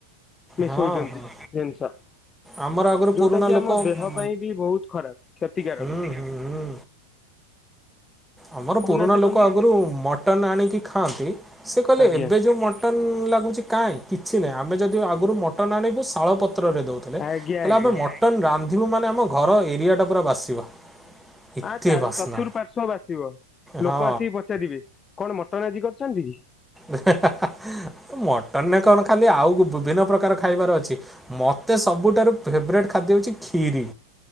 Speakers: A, on the left (about 20°); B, in the centre.
A: ମିଶଉଛନ୍ତି
B: ହଁ ହଁ
A: ଜିନିଷ
B: ଆମର ଆଗରୁ,
A: ଯୋଉଟା
B: ପୁରୁଣା
A: କି
B: ଲୋକ
A: ଆମ ଦେହ
B: ହୁଁ
A: ପାଇଁ ବି ବହୁତ ଖରାପ କ୍ଷତିକାରକ
B: ହୁଁ ହୁଁ ଆମର
A: କହୁନାହାନ୍ତି
B: ପୁରୁଣା ଲୋକ
A: ବନ୍ଧୁ
B: ଆଗରୁ ମଟନ୍ ଆଣିକି ଖାଆନ୍ତି, ସେ କହିଲେ
A: ଆଜ୍ଞା।
B: ଏବେ ଯେଉଁ ମ ମଟନ୍ ଲାଗୁଛି କାହିଁ କିଛି ନାହିଁ ଆମେ ଯଦି ଆଗରୁ ମଟନ୍ ଆଣିବୁ ଶାଳପତ୍ରରେ ଦେଉଛୁ।
A: ଆଜ୍ଞା
B: ତାଲେ
A: ଆଜ୍ଞା
B: ଆମେ ମଟନ ରାନ୍ଧିବୁ ମାନେ ଆମ ଘର ଏରିଆଟା ପୁରା ବାସିବ। ଏତେ
A: ଆଁ
B: ବାସ୍ନା
A: ଚତୁର୍ ପାର୍ଶ୍ ବାସିବ
B: ହଁ
A: ଲୋକ ଆସିକି ପଚାରିବେ କଣ ମଟନ୍ ଆଜି କରିଛନ୍ତି କି?
B: ମଟନ ନରେ କଣ ଖାଲି ଆଉ ବିଭିନ୍ନ ପ୍ରକାର ଖାଇବାର ଅଛି। ମୋତେ ସବୁଠାରୁ ଫେବରାଇଟ୍ ଖାଦ୍ୟ ହେଉଛି କ୍ଷୀରି।